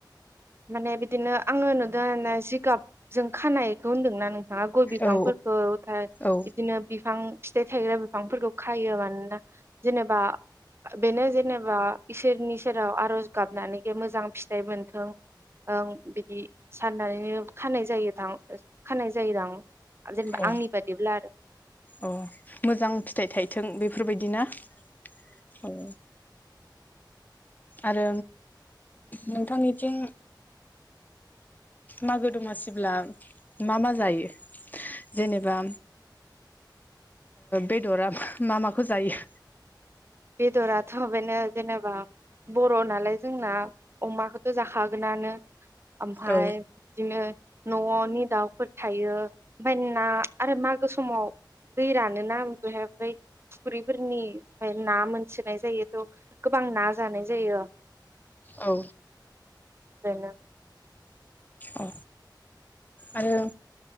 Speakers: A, on the right; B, on the left.
A: बिदिनो आङो नुदों आरोना जिगाबजों खानायखौ होन्दोंना नों थांङा गय बिफांफोरखौ
B: औ
A: थाय
B: औ
A: बिदिनो बिफां फिथाइ थायग्रा बिफांफोरखौ खायो मानोना जेनेबा बेेनो जेनेबा इसोरनि सेराव आर'ज गाबनानै बे मोजां फिथाइ मोनथों ओं बिदि साननानैनो खानाय जायोदां खानाय जायोदां जेनेबा
B: अ
A: आंनि बादिब्ला आरो
B: अ मोजां फिथाइ थाइथों बे बेफोरबायदि बिदिना औ आरो नोंथांनिथिं मागो दमासिब्ला मा मा जायो जेनेबा बेदरा मा माखौ जायो
A: बेदराथ बेनो जेनेबा बर' नालाय जोंना अमाखौथ' जाखागोनानो ओमफ्राय
B: औ
A: बिदिनो न'नि दाउफोर थायो ओमफाय ना आरो मागो समाव दै रानोना बेहाय ओमफ्राय फुख्रिफोरनिफ्राय ना मोनथिनाय जायोथ' गोबां ना जानाय जायो
B: औ
A: बेनो
B: अ आरो